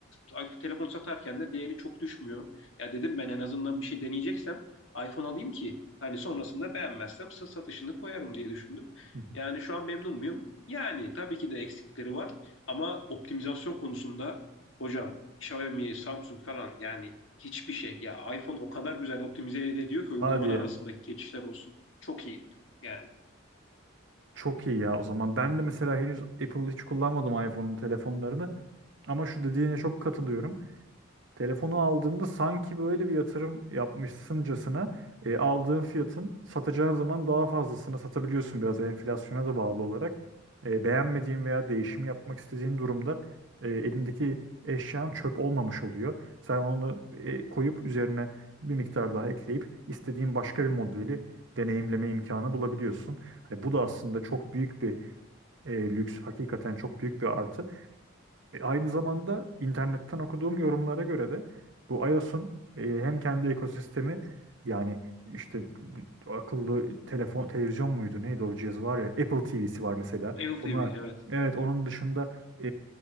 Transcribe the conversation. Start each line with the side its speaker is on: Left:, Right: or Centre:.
Left: s- Telefon satarken de değeri çok düşmüyor. Ya dedim ben en azından bir şey deneyeceksem iPhone alayım ki hani sonrasında beğenmezsem sa- satışını koyarım diye düşündüm.
Right: hı hı.
Left: Yani şu an memnun muyum? Yani tabii ki de eksikleri var ama optimizasyon konusunda hocam Xiaomi, Samsung falan yani hiçbir şey. Ya iPhone o kadar güzel optimize ediyor ki uygulamalar
Right: Hadi ya.
Left: arasındaki geçişler olsun. Çok iyi. Yani
Right: Çok iyi ya. O zaman ben de mesela henüz Apple hiç kullanmadım iPhone'un telefonlarını. Ama şu dediğine çok katılıyorum. Telefonu aldığında sanki böyle bir yatırım yapmışsıncasına e, aldığın fiyatın satacağın zaman daha fazlasını satabiliyorsun biraz enflasyona da bağlı olarak. E, beğenmediğin veya değişim yapmak istediğin durumda e, elindeki eşyan çöp olmamış oluyor. Sen onu e, koyup üzerine bir miktar daha ekleyip istediğin başka bir modeli deneyimleme imkanı bulabiliyorsun. Hani bu da aslında çok büyük bir e, lüks, hakikaten çok büyük bir artı. E, aynı zamanda internetten okuduğum yorumlara göre de bu iOS'un e, hem kendi ekosistemi yani işte akıllı telefon televizyon muydu neydi o cihaz var ya Apple TV'si var mesela.
Left: Apple
Right: Onlar
Left: TV evet.
Right: evet onun dışında e,